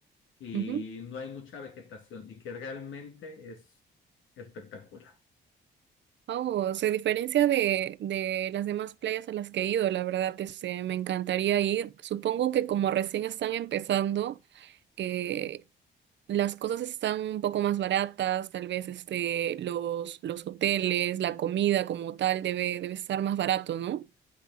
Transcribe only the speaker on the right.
ujú.
Oh, se diferencia de, de las demás playas a las que he ido, la verdad, este, me encantaría ir. Supongo que como recién están empezando, eh, las cosas están un poco más baratas, tal vez este, los, los hoteles, la comida como tal debe, debe estar más barato, ¿no?